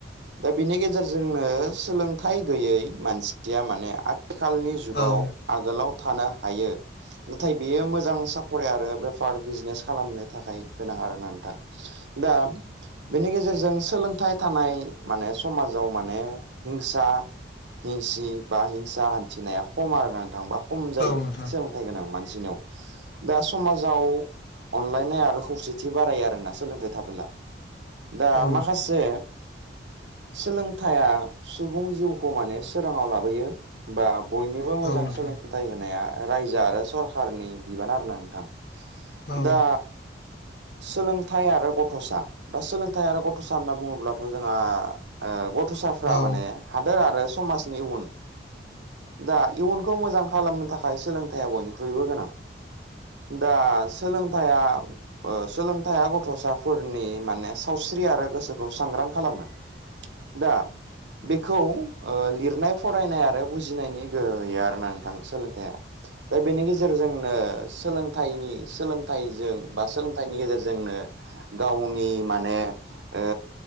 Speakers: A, on the right (about 75°); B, on the left (about 60°).
A: दा बेनि गेजेरजोंनो सोलोंथाइ गैयै मानसिया माने आथिखालनि जुगाव
B: औ
A: आगोलाव थानो हायो नाथाय बेयो मोजां साखरि आरो बे स्पार्ट बिजनेस खालामनो थाखाय गोनां आरोना नोंथां दा बेनि गेजेरजों सोलोंथाइ थानाय माने समाजाव माने हिंसा हिंसि बा हिंसा हान्थिनाया खम आरो नोंथांबा खम जायो
B: नोंथां
A: सोलोंथाइ गोनां मानसिनयाव दा समाजाव अनलायनाय आरो खौसेथि बारायो आरोना सोलोंथाइ थाबोला दा
B: औ
A: माखासे सोलोंथाइया सुबुं जिउखौ माने सोराङाव लाबोयो बा बयनोबो
B: औ
A: मोजां
B: नोंथां
A: सोलों
B: औ नोंथां औ नोंथां औ नोंथां औ नोंथां औ
A: फोथाय होनाया रायजो आरो सरखारनि बिबान आरो ना नोंथां
B: औ
A: दा सोलोंथाइ आरो गथ'सा दा सोलोंथाइ आरो गथ'सा होनना बुङोब्लाथ' जोंहा गथ'साफ्रा
B: उम औ
A: माने हादोर आरो समाजनि उन दा इयुनखौ मोजां खालामनो थाखाय सोलोंथाइा बयनिख्रुइबो गोनां दा सोलोंथायाइया सोलोंथाइया गथ'साफोरनि माने सावस्रि आरो गोसोखौ सांग्रां खालामो दा बेखौ लिरनाय फरायनाय आरो बुजिनायनि गोहोयो आरोना नोंथां सोलोंथाइया दा बेनि गे गेजेरजोंनो सोलोंथाइनि सोलोंथाइजों बा सोलोंथाइनि गेजेरजोंनो गावनि माने ओ